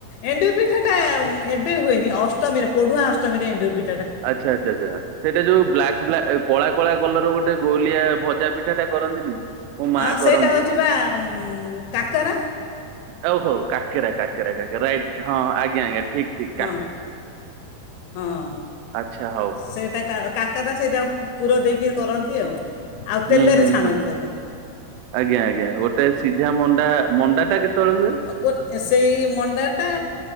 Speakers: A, on the left; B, on the right.
A: ଏଣ୍ଡୁରି ପିଠାଟା ଉଁ ଏବେ ହୁଏନି ଅଷ୍ଟମୀରେ ପୋଢୁଆଁ ଅଷ୍ଟମୀରେ ଏଣ୍ଡୁରି ପି
B: ଆଚ୍ଛା-ଆଚ୍ଛା-ଆଚ୍ଛା ସେଇଟା ଯୋଉ ବ୍ଲାକ ବ୍ଲା କଳା କଳା କଲରର ଗୋଟେ ଗୋଲିଆ ଭଜା ପିଠାଟା କରନ୍ତିନି। ମୋ ମା
A: ହଁ ସେଇଟା
B: କରନ୍ତି
A: ହଉଚି ବା ଉଁ କାକେରା।
B: ଆଉ ହଉ କାକେରା-କାକେରା-କାକେରା ରାଇଟ୍ ହଁ ଆଜ୍ଞା ଆଜ୍ଞା ଠିକ୍ ଠିକ୍।
A: ହଁ ହଁ
B: ଆଚ୍ଛା ହଉ
A: ସେଇଟା କା କାକରା ସେଇଟା ପୁ-ପୁର ଦେଇକି କରନ୍ତି ଆଉ, ଆଉ
B: ହୁଁ
A: ତେଲରେ
B: ହୁଁ
A: ଛାଣନ୍ତି
B: ହୁଁ
A: ତାକୁ।
B: ଆଜ୍ଞା ଆଜ୍ଞା ଗୋଟେ ସିଝା ମଣ୍ଡା ମଣ୍ଡାଟା କେତେବେଳେ ହୁଏ?
A: ଅ ଗୋ ସେଇ ମଣ୍ଡାଟା